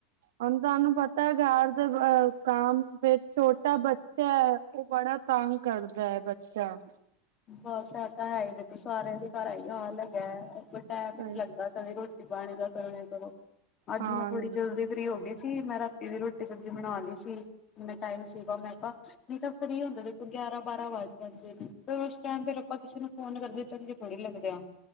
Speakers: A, on the right; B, on the left.
A: ਹੁਣ ਤੁਹਾਨੂੰ ਪਤਾ ਹੈ ਘਰ ਦੇ ਬ ਅ ਕੰਮ, ਫਿਰ ਛੋਟਾ ਬੱਚੈ ਉਹ ਬੜਾ ਤੰਗ ਕਰਦੈ ਬੱਚਾ
B: ਬਸ ਐ ਤਾਂ ਹੈ ਹੀ ਦੇਖੋ ਸਾਰਿਆਂ ਦੇ ਘਰ ਐਈ ਹਾਲ ਹੈਗੈ, ਕੋਈ ਟਾਈਮ ਈ
A: ਹਾਂਜੀ
B: ਨੀ ਲੱਗਦਾ ਕਦੇ ਰੋ ਟੀ ਪਾਣੀ ਦਾ ਕਰ ਕਰੋ ਏ ਕਰੋ, ਅੱਜ
A: ਹਾਂਜੀ
B: ਮੈਂ ਥੋੜੀ ਜਲਦੀ ਫ੍ਰਰੀ ਹੋ ਗਈ ਸੀ ਮੇਂ ਰਾ ਤੀ ਦੀ ਰੋਟੀ ਸਬਜ਼ੀ ਬਣਾ ਲਈ ਸੀ ਮੈਂ ਟਾਈਮ ਸੀਗਾ ਮੈਂ ਕਿਹਾ ਨਹੀਂ ਤਾਂ ਫਰੀ ਹੁੰਦੇ ਦੇਖੋ ਗਿਆਰਾਂ ਬਾਰਾਂ ਵੱਜ ਜਾਂਦੇ ਨੇ ਫਿਰ ਉਸ ਟਾਈਮ ਫਿਰ ਆਪਾਂ ਕਿਸੇ ਨੂੰ ਫੋਨ ਕਰਦੇ ਚੰਗੇ ਥੋੜ੍ਹੀ ਲੱਗਦੇ ਆਂ